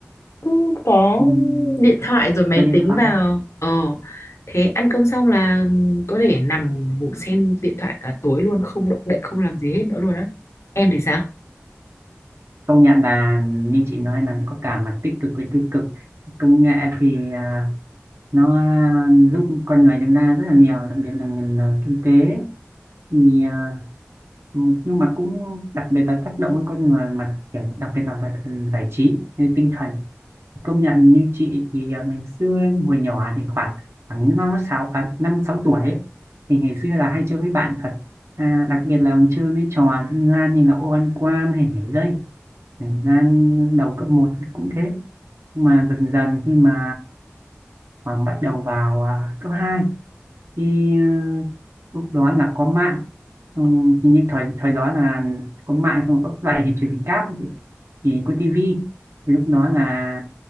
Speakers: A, on the left; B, on the right.
A: cứ có
B: Ừm,
A: điện thoại rồi máy
B: với điện
A: tính
B: thoại
A: vào ờ thế ăn cơm xong là ừm, có thể nằm ngủ xem điện thoại cả tối luôn không động đậy không làm gì hết nữa luôn á em thì sao
B: công nhận là như chị nói là có cả mặt tích cực với tiêu cực công nghệ thì à, nó giúp con người chúng ta rất là nhiều đặc biệt là ngành à, kinh tế thì à, Ừ, nhưng mà cũng đặc biệt là tác động đến con người mặt kiểu đặc biệt là về phần giải trí như tinh thần công nhận như chị thì à, ngày xưa hồi nhỏ thì khoảng khoảng năm sáu à, năm sáu tuổi ấy, thì ngày xưa là hay chơi với bạn thật à, đặc biệt là chơi mấy trò dân gian như là ô ăn quan hay nhảy dây thời gian đầu cấp một cũng thế nhưng mà dần dần khi mà và bắt đầu vào à, cấp 2 thì ờ, lúc đó là có mạng xong hình như thời thời đó là có mạng xong rồi có lại thì truyền hình cáp ấy thì có tivi thì lúc đó là